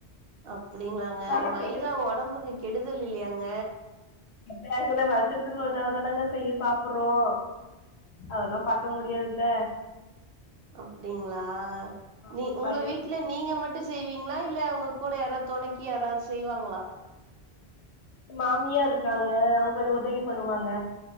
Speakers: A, on the right; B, on the left.
A: அப்டிங்களாங்க
B: ஆனா
A: மைதா
B: கொஞ்சோ
A: ஒடம்புக்கு கெடுதல் இல்லையாங்க
B: எப்பயாச்சுன வருஷத்துக்கு ஒரு தடவ தானங்க செய்ய சாப்புட்றோ அதல்லா பக்க முடியாதுல்ல
A: அப்டிங்ளா
B: ஆமா
A: நீ உங்க
B: பைய
A: வீட்ல வீட்ல நீங்க மட்டு செய்வீங்ளா இல்ல உங்க கூட யாராவது தொணக்கி யாராவது செய்வாங்ளா
B: மாமியார் இருக்காங்க அவுங்க கொஞ்ச உதவி பண்ணுவாங்க